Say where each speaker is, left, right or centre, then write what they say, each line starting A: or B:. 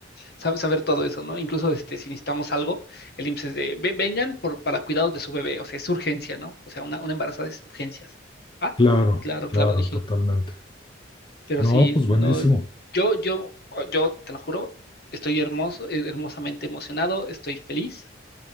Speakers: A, on the left; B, on the left.
A: sab- saber todo eso, ¿no? Incluso este, si necesitamos algo. El IMSS es de, "Ve- vengan por, para cuidados de su bebé, o sea, es urgencia, ¿no? O sea, una, una embarazada es urgencias. Ah,
B: claro,
A: claro,
B: claro,
A: claro, dije,
B: totalmente.
A: pero
B: No,
A: sí,
B: pues
A: no,
B: buenísimo.
A: yo, yo, yo, te lo juro, estoy hermoso, eh, hermosamente emocionado, estoy feliz,